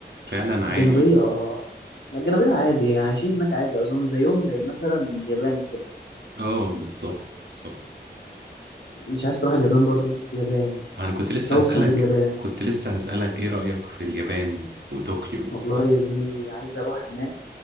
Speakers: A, on the right (about 70°); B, on the left (about 80°).
A: فعلا عادي
B: الجنوبية
A: ممكن
B: اه لا، الجنوبية عادي يعني عايشين هناك عادي أظن زيهم زي مثلا اليابان كده
A: اه بالظبط بالظبط
B: مش عايز تروح اليابان برضو اليابان
A: انا كنت لسه
B: كوكب
A: هسألك
B: اليابان
A: كنت لسه هسألك ايه رأيك في اليابان وطوكيو و...
B: والله يا زميلي عايز أروح هناك